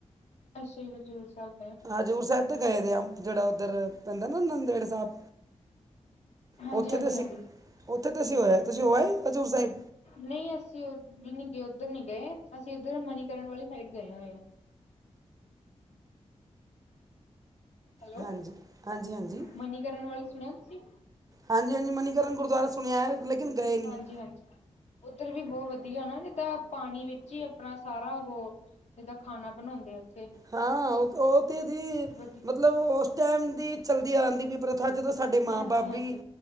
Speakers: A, on the left (about 65°); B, on the right (about 30°).
A: ਅੱਛਾ ਜੀ ਹਜ਼ੂਰ ਸਾਬ
B: ਹਜ਼ੂਰ ਸੈਬ ਤੇ ਗਏ ਦੇ ਆਂ ਜੇੜਾ ਓਦਰ ਪੈਂਦਾ ਨਾ ਨੰਦੇੜ ਸਾਬ।
A: ਹਾਂਜੀ
B: ਓਥੇ
A: ਹਾਂਜੀ
B: ਤੇ ਅਸੀਂ
A: ਹਾਂਜੀ
B: ਓਥੇ ਤੇ ਅਸੀਂ ਹੋ ਆਏ ਤੁਸੀਂ ਹੋ ਆਏ ਹਜ਼ੂਰ ਸਾਇਬ।
A: ਨਈਂ ਅਸੀਂ ਓ ਵੀ ਨੀ ਗਏ ਓਦਰ ਨੀ ਗਏ ਅਸੀਂ ਏਦਰ ਮਨੀਕਰਨ ਵਾਲੀ ਸਾਈਡ ਗਏ ਹੋਏ ਆਂ। ਹੈਲੋ
B: ਹਾਂਜੀ-ਹਾਂਜੀ-ਹਾਂਜੀ।
A: ਮਨੀਕਰਨ ਵੱਲ ਸੁਣਿਆ ਤੁਸੀਂ
B: ਹਾਂਜੀ-ਹਾਂਜੀ ਮਨੀਕਰਨ ਗੁਰਦੁਆਰਾ ਸੁਨੇਆ ਐ ਲੇਕਿਨ ਗਏ ਨਹੀਂ
A: ਹਾਂਜੀ-ਹਾਂਜੀ, ਓਦਰ ਵੀ ਬਹੁ ਵਦੀ ਵਦੀਆ ਨਾ ਜਿੱਦਾਂ ਪਾਨੀ ਵਿੱਚ ਈ ਆਪਨਾ ਸਾਰਾ ਓਹੋ ਜਿੱਦਾਂ ਖਾਨਾ ਬਨੌਂਦੇ ਆ ਓਥੇ।
B: ਹਾਂ ਓ-ਓ ਤੇ ਦੀ
A: ਵਧੀਆ
B: ਮਤਲਬ ਓਸ ਟੈਮ ਦੀ ਚੱਲਦੀ ਆਨਦੀ ਵੀ ਐ ਪ੍ਰਥਾ ਜਦੋਂ ਸਾਡੇ
A: ਹਾਂਜੀ
B: ਮਾਂ ਬਾਪ
A: ਹਾਂਜੀ
B: ਵੀ